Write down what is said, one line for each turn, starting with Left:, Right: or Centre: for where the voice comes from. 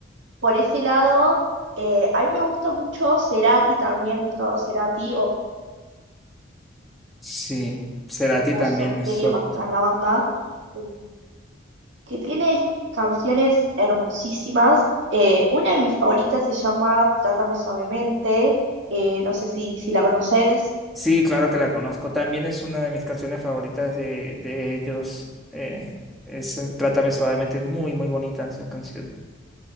Right: por ese lado, eh, a mí me gusta mucho Cerati también, Gustavo Cerati o
Centre: Sí, Cerati también
Right: Soda
Centre: es
Right: Stereo
Centre: ot-
Right: cuando estaba en la banda, eh, que tiene canciones hermosísimas. Eh, una de mis favoritas se llama Trátame suavemente, eh, no sé si, si la conoces,
Centre: Sí, claro que la conozco. También es una de mis canciones favoritas de, de ellos. Eh, es eh, Trátame suavemente, es muy, muy bonita esa canción.